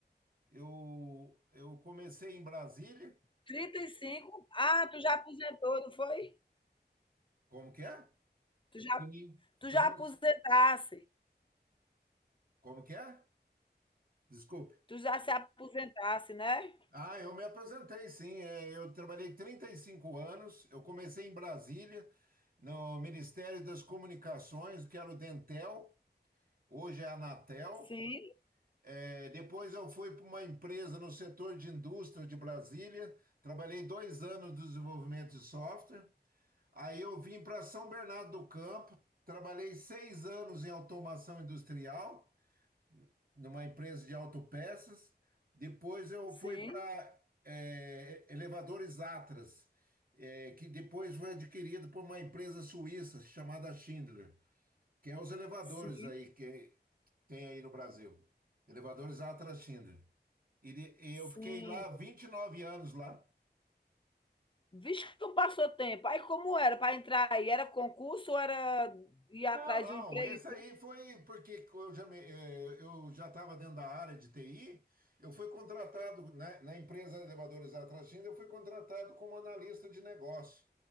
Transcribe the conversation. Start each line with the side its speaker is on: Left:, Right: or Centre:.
Right: Eu, eu comecei em Brasília.
Left: 35. Ah, tu já aposentou, não foi?
Right: Como que é?
Left: Tu já,
Right: Sim.
Left: tu
Right: Estamos...
Left: já aposentasse.
Right: Como que é? Desculpe.
Left: Tu já se aposentasse, né?
Right: Ah, eu me apresentei. sim. É, eu trabalhei 35 anos. Eu comecei em Brasília, no Ministério das Comunicações, que era o Dentel. Hoje é a Anatel.
Left: Sim,
Right: É, depois eu fui para uma empresa no setor de indústria de Brasília, trabalhei dois anos de desenvolvimento de software. Aí eu vim para São Bernardo do Campo, trabalhei seis anos em automação industrial, numa empresa de autopeças. Depois eu
Left: sim,
Right: fui para Elevadores Atlas, é, que depois foi adquirido por uma empresa suíça chamada Schindler, que é os elevadores
Left: sim,
Right: aí que tem aí no Brasil. Elevadores Atlas Schindler. Ele-
Left: sim.
Right: eu fiquei lá 29 anos lá.
Left: Vixe, como passou tempo. Aí como era para entrar aí? Era concurso ou era ir atrás
Right: Não, não,
Left: do emprego?
Right: esse aí foi porque eu já me- eh, eu já estava dentro da área de TI, eu fui contratado né, na empresa Elevadores da Tracinda, eu fui contratado como analista de negócio.